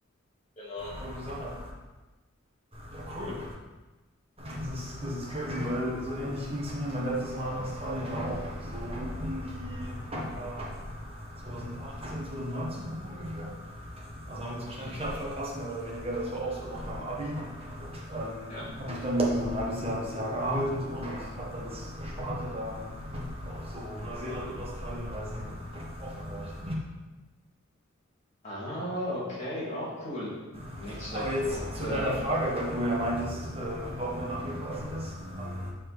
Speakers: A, on the left; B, on the right.
A: Genau.
B: Coole Sache. Ja, cool. Das ist, das ist crazy, weil so ähnlich ging es mir. Mein letztes Mal in Australien war auch so um die ja, 2018, 2019 rum ungefähr. Also haben wir uns wahrscheinlich
A: Mhm.
B: knapp verpasst, mehr oder weniger. Das war auch so nach meinem Abi. Ähm,
A: Ja.
B: habe ich dann irgendwie so ein halbes Jahr bis Jahr gearbeitet und habe dann das Gesparte da auf so Neuseeland- und Australienreisen aufgebraucht.
A: Ah, okay, auch cool.
B: <laughs>
A: Nicht schlecht.
B: Aber jetzt
A: Und
B: zu
A: äh,
B: deiner Frage, weil du ja meintest,
A: mhm.
B: äh, warum er nach Newcastle ist. Ähm,